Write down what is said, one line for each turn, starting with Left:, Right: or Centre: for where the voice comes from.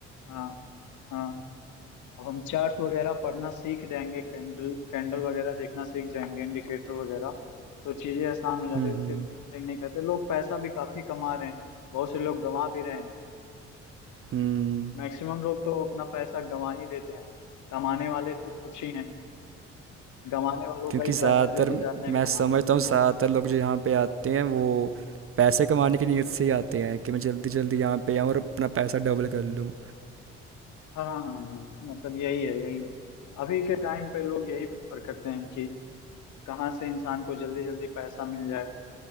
Left: हाँ हाँ, अब हम चार्ट वगैरह पढ़ना सीख जाएंगे कैंडल कैंडल वगैरह देखना सीख जाएंगे इंडिकेटर वगैरह तो चीजें आसान हो जाती
Right: हम्म
Left: है तो
Right: हम्म
Left: फिर गैम्बलिंग नहीं करते लोग पैसा भी काफी कमा रहे हैं बहुत से लोग गंवा भी रहे हैं
Right: हम्म,
Left: मैक्सिमम लोग तो अपना पैसा गंवा ही देते हैं कमाने वाले तो कुछ ही हैं गंवाने वालों
Right: क्योंकि
Left: का ही
Right: ज़्यादातर
Left: पैसा लेके जाते हैं
Right: मैं
Left: कमाने
Right: समझता
Left: वाले
Right: हूँ ज़्यादातर
Left: हाँ
Right: लोग जो यहाँ पे आते हैं वो पैसे कमाने की नीयत से ही आते हैं कि मैं जल्दी जल्दी यहाँ पे आऊँ और अपना पैसा डबल कर लूँ
Left: हाँ हाँ हाँ हाँ मतलब यही है यही है अभी के टाइम पे लोग यही प्रेफर करते हैं कि कहाँ से इंसान को जल्दी जल्दी पैसा मिल जाए